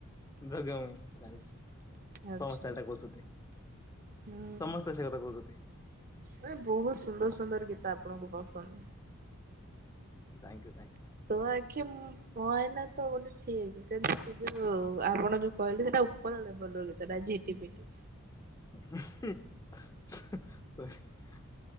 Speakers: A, on the left (about 15°); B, on the right (about 40°).
A: ଝଗା ମୁଁଇ ଜାଣିଚି
B: ଅଛି
A: ସମସ୍ତେ ଏଟା କୋହୁଛନ୍ତି।
B: ହୁଁ
A: ସମସ୍ତେ ସେ କଥା କୋହୁଚନ୍ତି।
B: ମାନେ ବୋହୁତ ସୁନ୍ଦର ସୁନ୍ଦର ଗୀତ ଆପଣଙ୍କୁ ପସନ୍ଦ।
A: ଉଁ ଥାଙ୍କ୍ ୟୁ ଥାଙ୍କ୍ ୟୁ।
B: ତୋ ଆଖି ଉମ୍ ମୋ ଆଇନା ତ ଗୋଟେ ଠିକ କିନ୍ତୁ ସେ ଯୋଉ ଆପଣ ଯୋଉ କହିଲେ ସେଟା ଓପର ଲେବଲର ଗୀତଟା ଝିଟିପିଟି।
A: <inaudible>